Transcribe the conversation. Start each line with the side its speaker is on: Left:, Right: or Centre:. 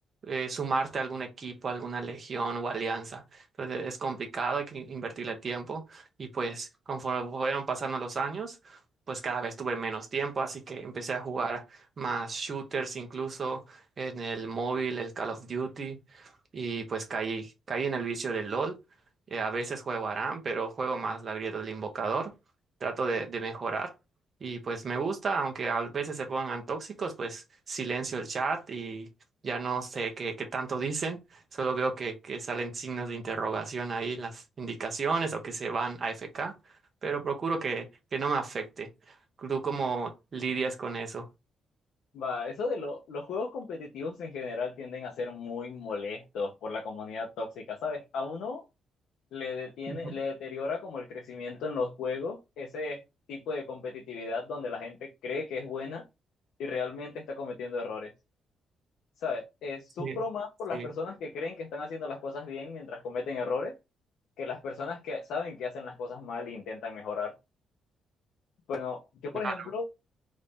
Right: eh, sumarte a algún equipo, a alguna legión o alianza. Entonces es complicado, hay que invertirle tiempo. Y pues conforme fueron pasando los años pues cada vez tuve menos tiempo, así que empecé a jugar más shooters incluso en el móvil, el Call of Duty, y pues caí, caí en el vicio del LOL. Eh, a veces juego ARAM, pero juego más la grieta del invocador, trato de, de mejorar. Y pues me gusta, aunque a veces se pongan tóxicos, pues silencio el chat y ya no sé qué, qué tanto dicen, solo veo que, que salen signos de interrogación ahí en las indicaciones o que se van a AFK, pero procuro que, que no me afecte. ¿Tú cómo lidias con eso?
Left: Va, eso de lo- los juegos competitivos en general tienden a ser muy molestos por la comunidad tóxica, ¿sabes? A uno le detiene,
Right: Ujú.
Left: le deteriora como el crecimiento en los juegos, ese tipo de competitividad donde la gente cree que es buena y realmente está cometiendo errores. ¿Sabes? Eh, sufro
Right: Sí,
Left: más por las
Right: sí,
Left: personas que creen que están haciendo las cosas bien mientras cometen errores que las personas que saben que hacen las cosas mal e intentan mejorar. Bueno, yo
Right: claro.
Left: por ejemplo,